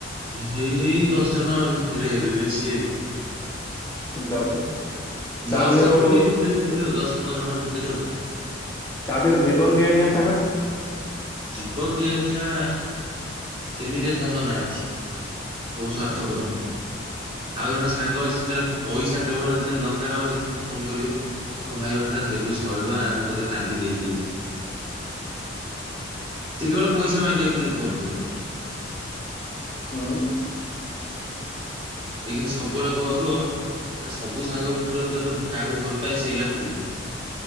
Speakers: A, on the right (about 30°); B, on the left (about 15°).
A: ହେଇ ହେଇ ଦଶ ଜଣ ଭିତରେ ହେବେ। ବେଶୀ ହେବେନି।
B: ଦଶ ତା
A: ଦଶ
B: ଦେହରୁ
A: କୋଡିଏ ଭିତରେ ହେବେ ଆଉ ଦଶ ପନ୍ଦର ଜଣ ଭିତରେ ଆଉ।
B: ତା ଦେହରେ ଜୀବନ ଦିଆ ନିଆ ସାଙ୍ଗ
A: ଜୀବନ ଦିଆ ଦିଆ ନା ସେମିତିଆ ସାଙ୍ଗ ନାହାନ୍ତି ସବୁ ସ୍ୱାର୍ଥପର ଆଉ ଜଣେ ସାଙ୍ଗ ଅଛି ସେ ଖାଲି ପଇସା କେବଳ ଯେତେବେଳେ ଦରକାର ହବ ସେ ମତେ ଫୋନ କରିବ ମୋ ଭାଇଟା ଦେଲୁ ଶହେ ଟଙ୍କା ମୁଁ ତୋତେ କାଲି ଦେଇଦେବି। ଟିକେ ବେଳୁ ପଇସା ମାଗି ବାକୁ ଖାଲି ଫୋନ କରେ
B: ହଁ
A: ଏ ଖିନିସବୁବେଳେ କହୁଥିବ ନା ସବୁ ସାଙ୍ଗ ଭିତରୁ ତ କାହାକୁ ଭଲ ପାଏ ସିଏ ହେଲା ତୁ